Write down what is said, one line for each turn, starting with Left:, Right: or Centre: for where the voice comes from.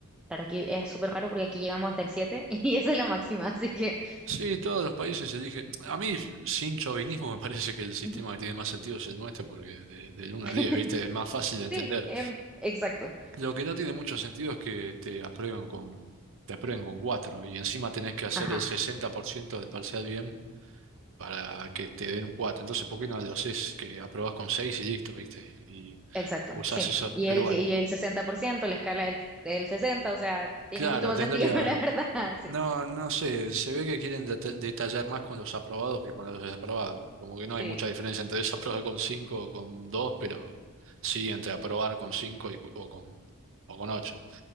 Centre: Claro, aquí es súper raro porque aquí llegamos hasta el 7 <laughs> y esa es la máxima, así que
Right: Sí, todos los países se dije, a mí sin chauvinismo me parece que el sistema
Centre: ujú.
Right: que tiene más sentido es el nuestro porque es de, del 1
Centre: <laughs>
Right: a 10, ¿viste? Es más fácil de entender.
Centre: sí, em, exacto.
Right: Lo que no tiene mucho sentido es que te aprueben con, te aprueben con 4 y encima tenés que hacer
Centre: Ajá.
Right: el 60% del parcial bien para que te den un 4. Entonces, ¿por qué no lo haces que aprobás con 6 y listo, ¿viste? Y, y
Centre: Exacto,
Right: usás
Centre: sí.
Right: eso.
Centre: Y
Right: Pero
Centre: el,
Right: bueno,
Centre: y el 60%, la escala del, del 60, o sea, tiene
Right: claro,
Centre: mucho más
Right: tendría...
Centre: sentido, <laughs> la verdad. Sí,
Right: No, no sé, se ve que quieren deta- detallar más con los aprobados que con los desaprobados. Como que no
Centre: sí,
Right: hay mucha diferencia entre <laughs> desaprobar con cinco, o con 2, pero sí entre aprobar con 5 y, o con, o con 8.